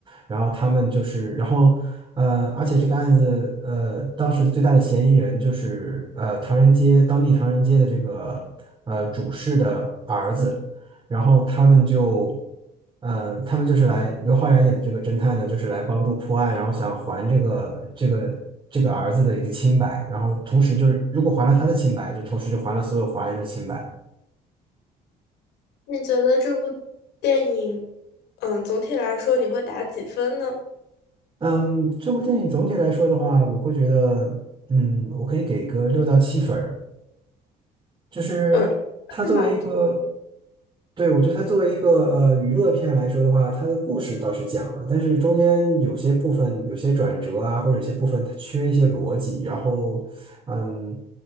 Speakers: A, on the right; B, on the left.
A: 然后他们就是，然后呃，而且这个案子呃，当时最大的嫌疑人就是呃唐人街当地唐人街的这个呃主事的儿子。然后他们就，呃，他们就是来刘昊然演的这个侦探呢，就是来帮助破案，然后想还这个这个这个儿子的一个清白，然后同时就是如果还了他的清白，就同时就还了所有华人的清白。
B: 你觉得这部电影，嗯，总体来说你会打几分呢？
A: 嗯，这部电影总体来说的话，我会觉得，嗯，我可以给个六到七分儿。就是它作为一个，
B: 嗯，是满分。
A: 对，我觉得它作为一个呃娱乐片来说的话，它的故事倒是讲了，但是中间有些部分有些转折啊，或者有些部分它缺一些逻辑，然后嗯